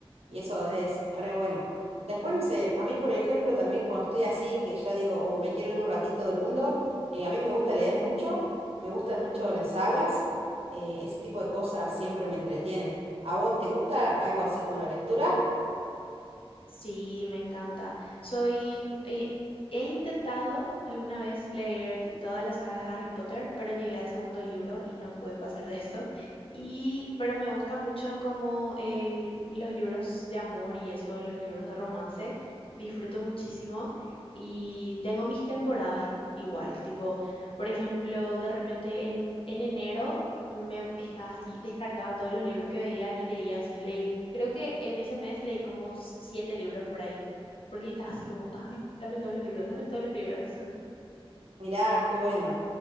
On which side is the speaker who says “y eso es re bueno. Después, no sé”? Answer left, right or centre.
Right